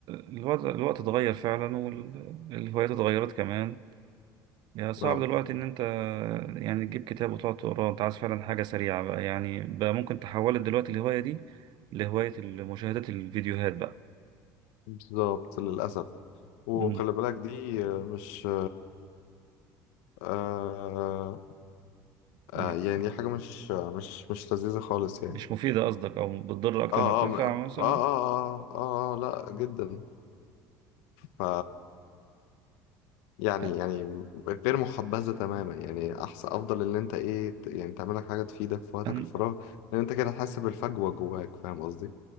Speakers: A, on the right (about 65°); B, on the left (about 80°).
A: الوضع الوقت اتغير فعلا والهوايات اتغيرت كمان يعني صعب
B: اه
A: دلوقتي إن أنت يعني تجيب كتاب وتقعد تقراه أنت عايز فعلا حاجة سريعة بقى يعني بقى ممكن تحولت دلوقتي الهواية دي لهواية مشاهدة الفيديوهات بقى
B: بالظبط للأسف وخلي
A: مم.
B: بالك دي آه، مش آه آه
A: م-
B: يعني دي حاجة مش آه، مش مش لذيذة خالص يعني
A: مش مفيدة قصدك أو بتضر أكتر
B: اه
A: ما بتنفع
B: اه م- اه
A: مثلا
B: اه اه, آه, آه لا جدا ف يعني
A: أ-
B: يعني غير محبذة تماما يعني أحسن أفضل إن أنت إيه ت- يعني تعمل لك حاجة تفيدك في وقتك
A: أنا
B: الفراغ لأن أنت كده هتحس بالفجوة جواك فاهم قصدي؟